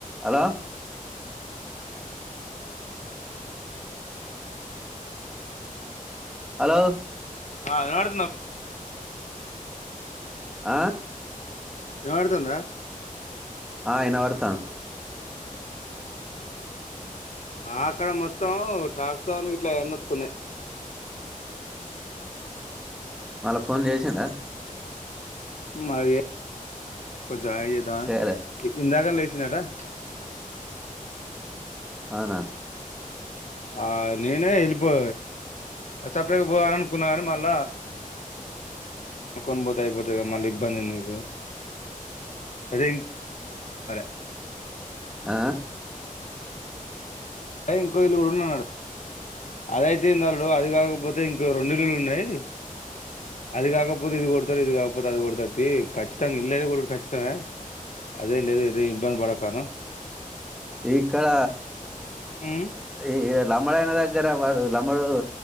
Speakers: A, in the centre; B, on the left.
A: Hello hello
B: ఆ వినబడుతుంద
A: ఆ
B: వినబడుతుందా
A: ఆ వినబడుతాం
B: ఆక్కడ మొత్తం ట్రాక్టర్ గిట్ల ఎన్నుకున్నయ్
A: మళ్ళ ఫోన్ చేశిన్రా
B: మరి కొంచం ఆగి చెద్దామ
A: చేయలే
B: ఇందాక లేచిన్ వచ్చిందట
A: ఆనా
B: ఆ నేనే ఎళ్ళిపో సపరేడక అనుకున్నాని మళ్ళా కొనుకొని పోతే అయిపోతు అంతేగా మళ్ళీ ఇబ్బంది ఎందుకు సదేయి పలే
A: ఆ
B: అ ఇంకో ఇల్లుఉన్నడు అదయితేంది అల్లుడు. అది కాకపోతే ఇంక రెండు ఇల్లులు ఉన్నాయి. అది కాకపోతే ఇది కొడతారు. ఇది కాకపోతే అది కొడతరు. తీ ఖచ్చితంగా ఇల్లఐతే ఖచ్చిత త అది లేదుగ అదే ఇబ్బంది పడకను
A: సి ఇక్కడ
B: ఉమ్,
A: ఈ లంబడైనా దగ్గర వాడు లంబాడోడు